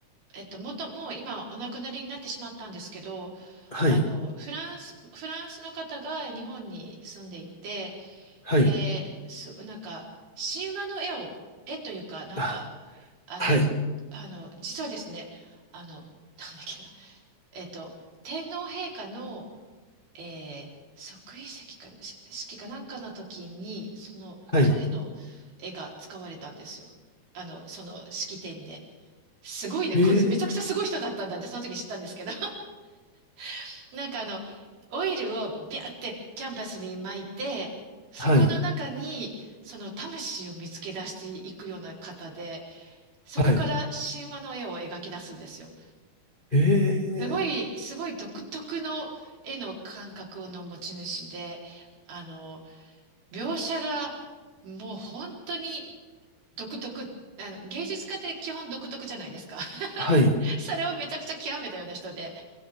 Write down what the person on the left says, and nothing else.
はい、
はい、
あ、
はい、
はい、
へえ、
はい、
はい。ええ
はい。